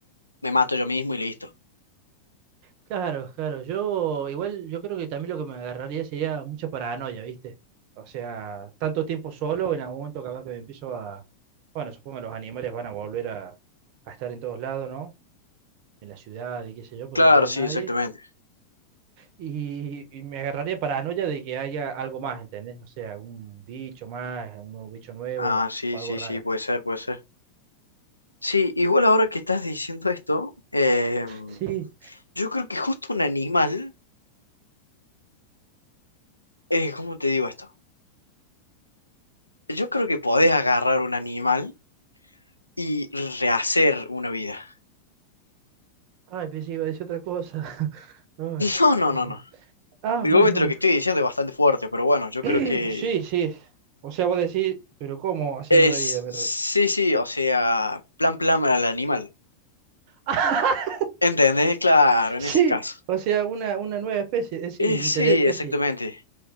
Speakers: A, on the left; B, on the right.
A: me mato yo mismo y listo.
B: Claro, claro. Yo igual yo creo que también lo que me agarraría sería mucha paranoia, ¿viste? O sea, tanto tiempo solo, en algún momento capaz que me empiezo a... Bueno, supongo que los animales van a volver a, a estar en todos lados, ¿no? En la ciudad y qué sé yo, porque
A: Claro,
B: no va a haber
A: sí,
B: nadie.
A: exactamente.
B: Y, y me agarraría paranoia de que haya algo más, ¿entendés? No sé, algún bicho más, un nuevo bicho nuevo
A: Ah, sí,
B: o algo
A: sí,
B: raro.
A: sí, puede ser, puede ser. Sí, igual ahora que estás diciendo esto, eh,
B: Sí,
A: yo creo que justo un animal, eh, ¿cómo te digo esto? Yo creo que podés agarrar un animal y rehacer una vida.
B: ay, pensé que iba a decir otra cosa. <laughs> Ay,
A: <laughs> No, no,
B: hermano.
A: no, no.
B: Ah,
A: Igualmente
B: bueno,
A: lo
B: bueno.
A: que estoy diciendo es bastante fuerte, pero bueno, yo creo
B: <clears throat>
A: que
B: Sí, sí. O sea, vos decís, pero ¿cómo hacer
A: Es,
B: otra vida? Me
A: sí,
B: re-
A: sí, o sea, plan, plan al animal.
B: <laughs>
A: ¿Entendés? Claro, en
B: Sí,
A: ese caso.
B: o sea, una, una nueva especie, eh, sí,
A: Eh,
B: interespecie.
A: sí, exactamente.